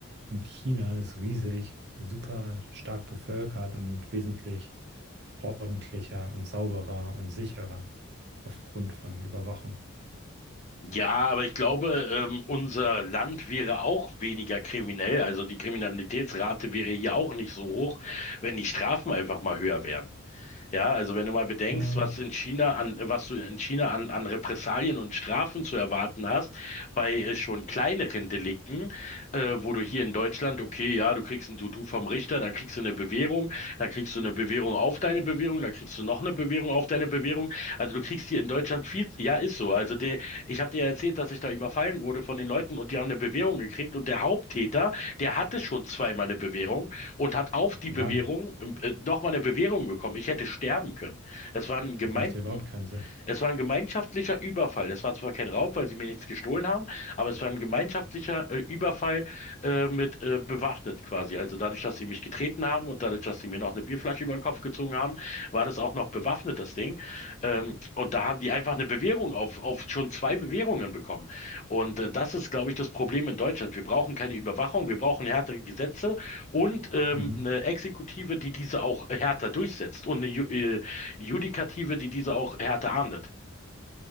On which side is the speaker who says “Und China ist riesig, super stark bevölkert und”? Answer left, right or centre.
Right